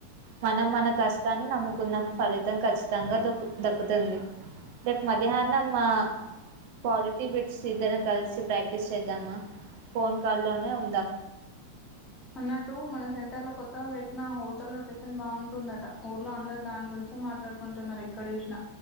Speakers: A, on the right; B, on the left.
A: మనం మన కష్టాన్ని నమ్ముకుందాం ఫలితం ఖచ్చితంగా దక్కు దక్కుతుంది రేపు మధ్యాహ్నం మా పాలిటీ బిట్స్ ఇద్దరం కలిసి ప్రాక్టీస్ చేద్దామా ఫోన్ కాల్ లో ఉందా
B: అన్నట్టు మన సెంటర్ లో కొత్తగా పెట్టిన హోటల్ లో టిఫిన్ బాగుంటుందట ఊర్లో అందరు దాని గురించే మాట్లాడుకుంటున్నారు ఎక్కడ చూసినా